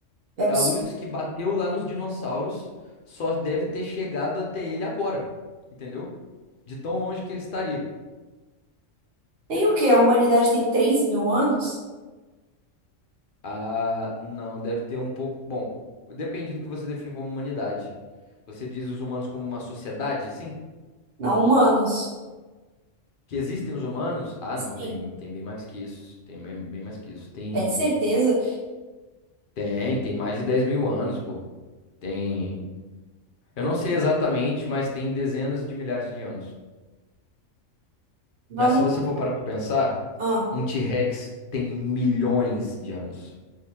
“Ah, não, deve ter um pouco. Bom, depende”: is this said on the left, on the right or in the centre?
Left